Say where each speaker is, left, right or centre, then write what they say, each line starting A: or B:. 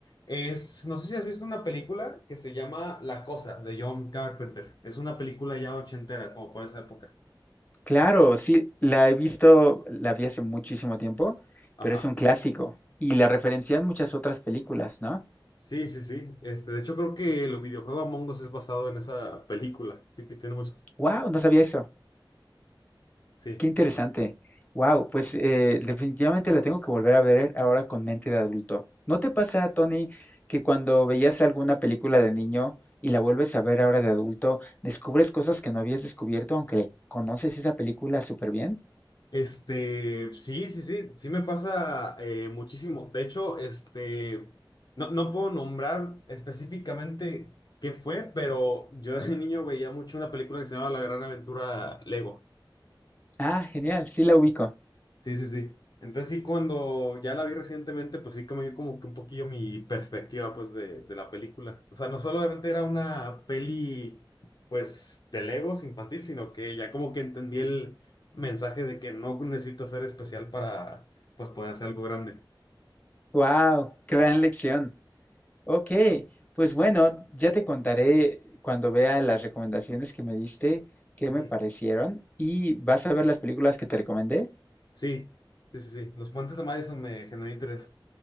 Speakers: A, on the left; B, on the left.
A: Es, no sé si has visto una película que se llama La Cosa de John Carpenter. Es una película ya ochentera, como por esa época.
B: Claro, sí, la he visto, la vi hace muchísimo tiempo,
A: Ajá.
B: pero es un clásico y la referencian muchas otras películas, ¿no?
A: Sí, sí, sí. Este, de hecho, creo que el videojuego Among Us es basado en esa película. Sí, que tiene muchos.
B: Wow, no sabía eso.
A: Sí.
B: Qué interesante. Wow, pues eh, definitivamente la tengo que volver a ver ahora con mente de adulto. ¿No te pasa, Tony, que cuando veías alguna película de niño y la vuelves a ver ahora de adulto, descubres cosas que no habías descubierto aunque le conoces esa película súper bien?
A: Este, sí, sí, sí, sí me pasa eh, muchísimo. De hecho, este, no, no puedo nombrar específicamente qué fue, pero yo de <laughs> niño veía mucho una película que se llamaba La Gran Aventura Lego.
B: Ah, genial, sí la ubico.
A: Sí, sí, sí. Entonces sí, cuando ya la vi recientemente, pues sí cambió como que un poquillo mi perspectiva, pues, de, de la película. O sea, no solamente era una peli, pues, de Legos infantil, sino que ya como que entendí el mensaje de que no necesito ser especial para, pues, poder hacer algo grande.
B: Wow, gran lección. Ok, pues bueno, ya te contaré cuando vea las recomendaciones que me diste, qué
A: Ujú.
B: me parecieron y vas a ver las películas que te recomendé.
A: Sí, sí, sí, sí. Los puentes de Madison me generó interés.